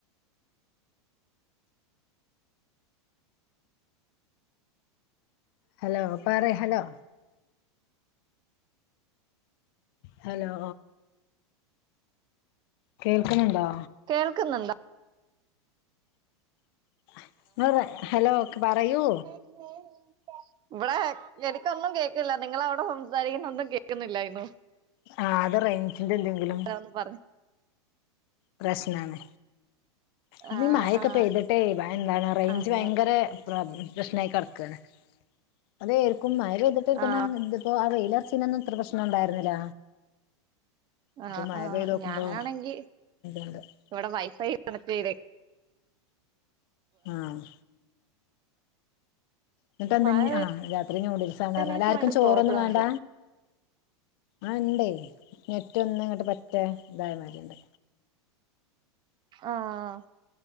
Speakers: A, on the left (about 55°); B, on the right (about 30°).
A: ഹലോ പറയ് ഹലോ ഹലോ കേൾക്ക്ണണ്ടോ
B: കേൾക്കുന്നുണ്ടോ
A: <unintelligible> ഹലോ പറയൂ
B: ഉ <unintelligible> ഇവിടെ എനിക്കൊന്നും കേക്കില്ല നിങ്ങളവിടെ സംസാരിക്കുന്ന ഒന്നും കേൾക്കുന്നില്ലായിരുന്നു
A: ആഹ് അത് റേഞ്ചിന്റെ ന്തെങ്കിലും
B: ന്ന് പറഞ്ഞ്
A: പ്രശ്നാണ് ഇന്ന്
B: ആ
A: മയക്കെ
B: ആ
A: പെയ്തിട്ടേ ഭയ എന്താണ് റേഞ്ച്
B: അന്നെ
A: ഭയങ്കര പ്രശ്നായി കെടക്കാണ് അതേർക്കും മയ പെയ്തിട്ട് <unintelligible>
B: ആ
A: ഇപ്പോ ആ വെയിലർച്ചീനൊന്നും ഇത്ര പ്രശ്നം ഉണ്ടായിരുന്നില്ല
B: ആ
A: ഇപ്പൊ മഴ
B: ആ
A: പെയ്തോക്കുമ്പോ
B: ഞാനാണെങ്കി
A: <unintelligible>
B: ഇവിടെ വൈഫൈ കണക്ട്യ്തേ
A: ആഹ് ന്നിട്ട്ന്താഞ്ഞ്
B: മഴ
A: ആ രാത്രി നൂഡിൽസാന്നറഞ്ഞല്ല
B: പെയ്തതിന് ശേഷം
A: ആർക്കും
B: ഭയങ്കര
A: ചോറൊന്നും
B: പ്രോബ്ലം
A: വേണ്ട
B: ഉണ്ട്
A: ആഹ് ഇണ്ടയ് നെറ്റൊന്ന് ഇങ്ങട്ട് പറ്റ ഇതായമാരിണ്ട്
B: ആഹ്